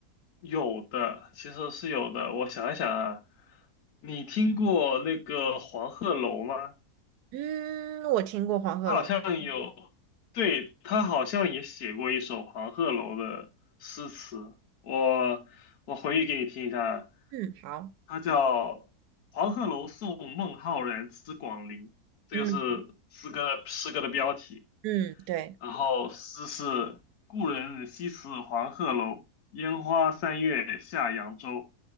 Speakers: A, on the left; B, on the right.
A: 有的，其实是有的。我想一想啊，你听过那个黄鹤楼吗？
B: 嗯，我听过黄鹤楼。
A: 他好像有，对，他好像也写过一首黄鹤楼的诗词，我我回忆给你听一下，
B: 嗯，好，
A: 他叫《黄鹤楼送孟浩然之广陵》，这个是诗歌的诗歌的标题。
B: 嗯嗯，对。
A: 然后诗是故人西辞黄鹤楼，烟花三月下扬州。